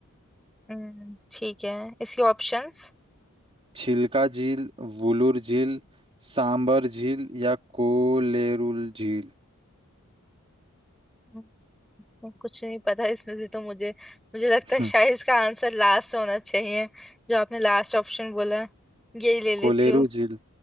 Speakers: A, in the centre; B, on the right.
A: हम्म ठीक है इसके ऑप्शंस
B: छिलका झील वुलूर झील सांबर झील या कोलेरुल झील
A: हम्म, कुछ नहीं पता इसमें से तो मुझे मुझे लगता है
B: हम्म,
A: शायद इसका आंसर लास्ट होना चाहिए जो आपने लास्ट ऑप्शन बोला है, यही ले लेती
B: कोलेरू
A: हूँ
B: झील